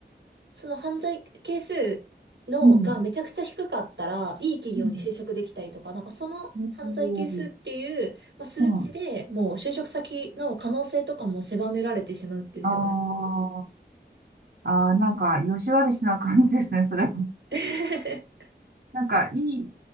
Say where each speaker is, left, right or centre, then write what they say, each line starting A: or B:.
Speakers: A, on the right; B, on the right.
A: その犯罪係数のがめちゃくちゃ低かったら、
B: うん、
A: いい企業に就職できたりとか、
B: うん、
A: なんかその犯罪係数っていう、
B: う
A: まあ、数値でもう就職先の可能性とかも狭められてしまうっていう世界。
B: ん、うん、ああ、ああ、なんか、よし悪しな感じですね、それ。<laughs>
A: <laughs>
B: なんか、いい、